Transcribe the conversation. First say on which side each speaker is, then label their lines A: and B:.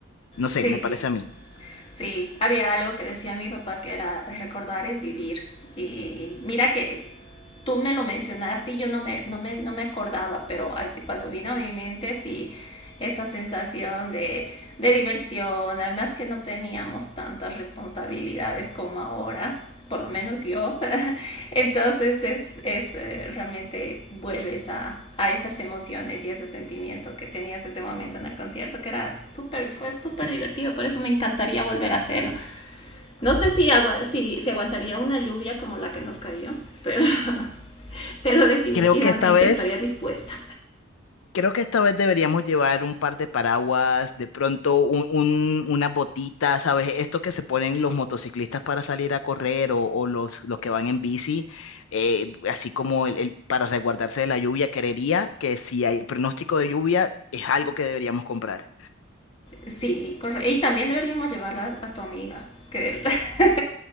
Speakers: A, on the left (about 65°); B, on the left (about 25°).
A: No sé,
B: Sí,
A: me parece a mí.
B: sí, había algo que decía mi papá que era recordar es vivir. Y mira que tú me lo mencionaste y yo no me, no me, no me acordaba, pero cuando vino a mi mente sí, esa sensación de, de diversión, además que no teníamos tantas responsabilidades como ahora, por lo menos yo, <laughs> entonces es, es eh, realmente vuelves a, a esas emociones y ese sentimiento que tenías ese momento en el concierto, que era súper, fue súper divertido, por eso me encantaría volver a hacerlo. No sé si, agua si, si aguantaría una lluvia como la que nos cayó, pero <laughs> pero definitivamente
A: Creo que esta vez...
B: estaría dispuesta.
A: Creo que esta vez deberíamos llevar un par de paraguas, de pronto un, un- unas botitas, ¿sabes? Esto que se ponen los motociclistas para salir a correr o, o los, los que van en bici, eh, así como el, el- para resguardarse de la lluvia. Creería que si hay pronóstico de lluvia, es algo que deberíamos comprar.
B: Sí, correcto. Y también deberíamos llevarla a tu amiga, que <laughs>